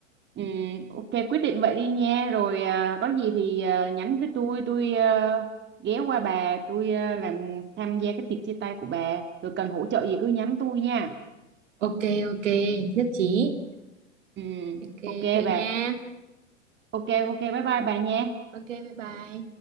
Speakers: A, on the right; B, on the right.
A: ừ, ok quyết định vậy đi nha rồi à, có gì thì à, nhắn với tôi tôi à, ghé qua bà tôi à, làm tham gia cái tiệc chia tay của bà rồi cần hỗ trợ gì cứ nhắn tôi nha
B: ok ok nhất trí
A: Ừ,
B: ok
A: ok
B: vậy
A: bà.
B: nha
A: Ok ok bye bye bà nha.
B: ok bye bye